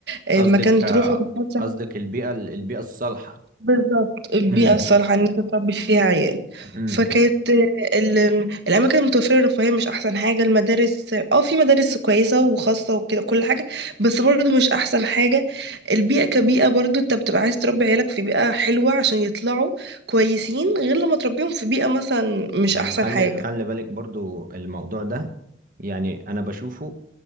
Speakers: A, on the right (about 65°); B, on the right (about 50°).
A: آه،
B: قصدك
A: مكان
B: آه،
A: تروحوا تتفسح
B: قصدك البيئة البيئة الصالحة
A: بالظبط البيئة
B: امم
A: الصالحة إن أنت تربي فيها عيال
B: امم
A: فكانت آه، ال- الأماكن المتوفرة الرفاهية مش أحسن حاجة المدارس اه في مدارس كويسة وخاصة وكده كل حاجة بس برضه مش أحسن حاجة البيئة كبيئة برضه أنت بتبقى عايز تربي عيالك في بيئة حلوة عشان يطلعوا كويسين غير لما تربيهم في بيئة مثلا مش
B: آه،
A: أحسن
B: خلي
A: حاجة
B: خلي بالك برضو الموضوع ده يعني انا بشوفه